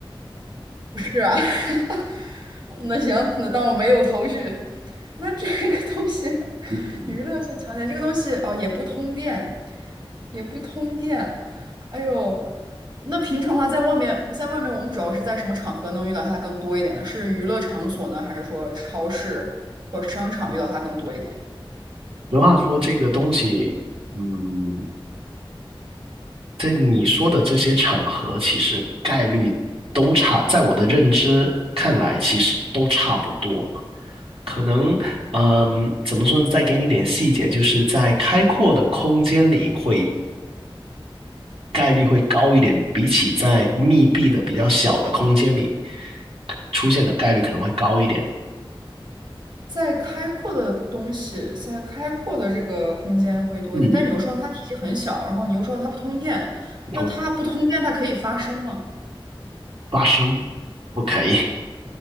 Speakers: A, on the right; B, on the right.
A: 不是啊，<laughs> 那行，那当我没有头绪。那这个东西，
B: 嗯，
A: 娱乐性强点，这个东西哦也不通电，也不通电。哎呦，那平常的话，在外面，在外面我们主要是在什么场合能遇到它更多一点呢？是娱乐场所呢，还是说超市或者商场遇到它更多一点？
B: 俗话说，这个东西，嗯，在你说的这些场合，其实概率都差，在我的认知看来，其实都差不多。可能，嗯，怎么说呢？再给你点细节，就是在开阔的空间里会概率会高一点，比起在密闭的比较小的空间里出现的概率可能会高一点。
A: 在开阔的东西，在开阔的这个空间会多一点，
B: 嗯，
A: 但你又说它体积很小，然后你又说它不通电，
B: 同
A: 那它不通电，它可以发声吗？
B: 发生不可以，